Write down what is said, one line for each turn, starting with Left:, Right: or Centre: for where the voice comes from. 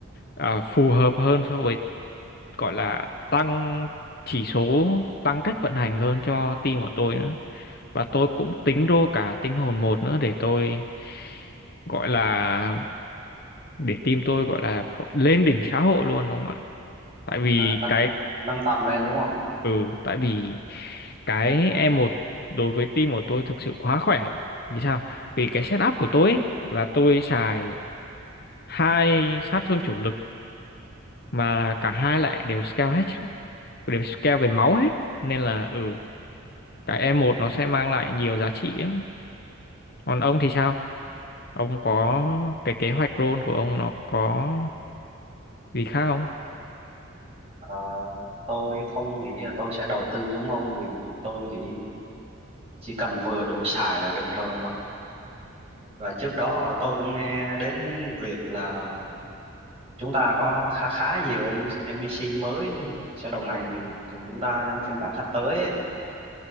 Left: à, phù hợp hơn so với gọi là tăng chỉ số tăng cách vận hành hơn cho team của tôi nữa và tôi cũng tính rô cả tinh hồn một nữa để tôi gọi là để team tôi gọi là lên đỉnh xã hội luôn đúng không ạ tại vì
Right: à, nâng
Left: cái
Right: nâng tầm lên đúng không
Left: Ừ, tại vì cái e một đối với team của tôi thực sự quá khỏe. Vì sao? Vì cái setup của tôi ấy, là tôi xài hai sát thương chủ lực mà cả hai lại đều scale hết, đều scale về máu hết. Nên là ừ, cái e một nó sẽ mang lại nhiều giá trị lắm. Còn ông thì sao? Ông có cái kế hoạch role của ông nó có gì khác không?
Right: Ờ, tôi không nghĩ là tôi sẽ đầu tư giống ông vì tôi nghĩ chỉ cần vừa đủ xài là được thôi ông ạ. Và trước đó tôi cũng nghe đến việc là chúng ta có khá khá nhiều N- NPC mới sẽ đồng hành cùng chúng ta trong phiên bản sắp tới ấy.